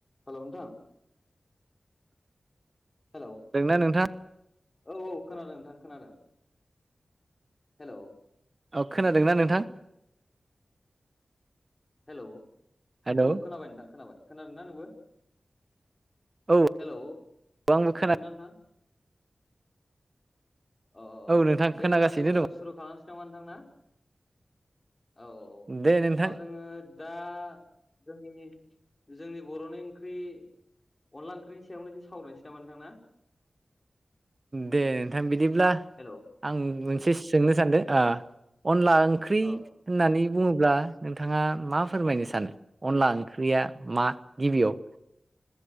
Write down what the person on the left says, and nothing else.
Hello नोंथां hello
औ औ खोनादों नोंथां खोनादों हेलोव
हेलोव
औ खोनाबाय नोंथां खोनाबाय खोनादों ना नोंबो
हेलोव
खोनादों
नोंथां अ अ अ
दे
होमबा जोंङो सुरु खालामसै नामा नोंथां ना औ औ
औ
होनबा दा जोंनि जोंनि बरनि ओंख्रि अनला ओंख्रिनि सायावनो जों सावरायनोसै नामा नोंथां ना
हेल'
औ